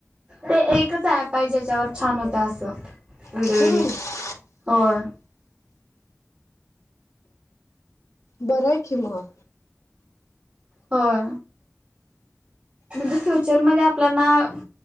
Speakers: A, on the right (about 20°); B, on the left (about 80°).
A: ते एकच ऍप आहे ज्याच्यावर छान होत असं. Video
B: हम्म
A: edit. होय.
B: बराय कि म.
A: होय. म्हणजे फ्युचरमध्ये आपल्याला ना,